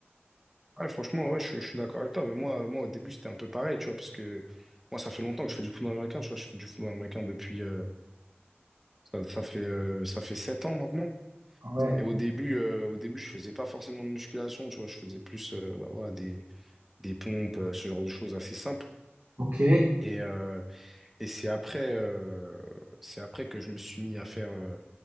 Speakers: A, in the centre; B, on the right.
A: Ouais, franchement, ouais, je, je suis d'accord avec toi. Mais moi, moi, au début, c'était un peu pareil, tu vois, parce que moi, ça fait longtemps que je fais du football américain. Tu vois, je fais du football américain depuis. euh, ça, ça fait, euh, ça fait 7 ans maintenant.
B: Ah Ouais,
A: Et au début, euh, au début, je faisais pas forcément de musculation, tu vois, je faisais plus euh, bah, voilà, des, des pompes, euh, ce genre de choses assez simples.
B: ok.
A: Et, euh, Et c'est après, euh, c'est après que je me suis mis à faire, euh,